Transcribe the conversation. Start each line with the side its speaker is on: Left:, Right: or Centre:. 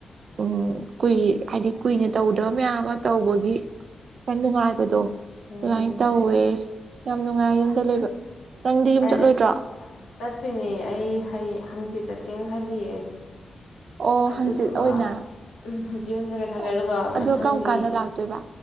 Right: ꯎꯝ ꯀꯨꯏ ꯍꯥꯏꯗꯤ ꯀꯨꯏꯅ ꯇꯧꯔꯨꯗꯕ ꯃꯌꯥꯝ ꯑꯃ ꯇꯧꯕꯒꯤ ꯐꯟ ꯅꯨꯡꯉꯥꯏꯕꯗꯣ
Left: ꯎꯝ
Right: ꯗꯨꯃꯥꯏ
Left: ꯎꯝ
Right: ꯇꯧꯋꯦ ꯌꯥꯝ ꯅꯨꯡꯉꯥꯏ ꯌꯨꯝꯗ ꯂꯩꯕ ꯅꯪꯗꯤ ꯌꯨꯝ
Left: ꯑꯩ
Right: ꯆꯠꯂꯣꯏꯗ꯭ꯔꯣ
Left: ꯆꯠꯇꯣꯏꯅꯦ ꯑꯩ ꯍꯌꯦꯡ ꯍꯪꯆꯤꯠ ꯆꯠꯀ ꯀꯡꯈꯜꯂꯤꯌꯦ
Right: ꯑꯣ
Left: ꯑꯗꯨꯗꯨꯒ
Right: ꯍꯪꯆꯤꯠ ꯑꯣꯏꯅ
Left: ꯍꯪꯆꯤ ꯍꯟꯖꯒꯦ ꯈꯜꯂꯦ
Right: ꯑꯣ
Left: ꯑꯗꯨꯒ
Right: ꯑꯗꯣ
Left: ꯃꯊꯪꯒꯤ
Right: ꯀꯔꯝ ꯀꯥꯟꯗ ꯂꯥꯛꯇꯣꯏꯕ